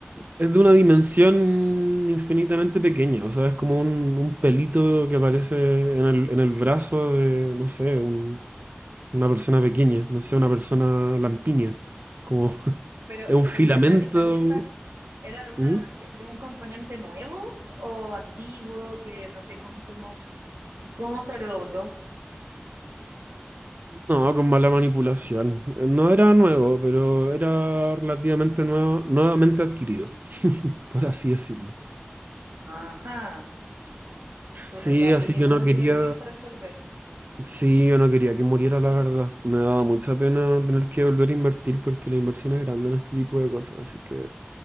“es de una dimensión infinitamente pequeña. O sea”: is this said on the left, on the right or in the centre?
Right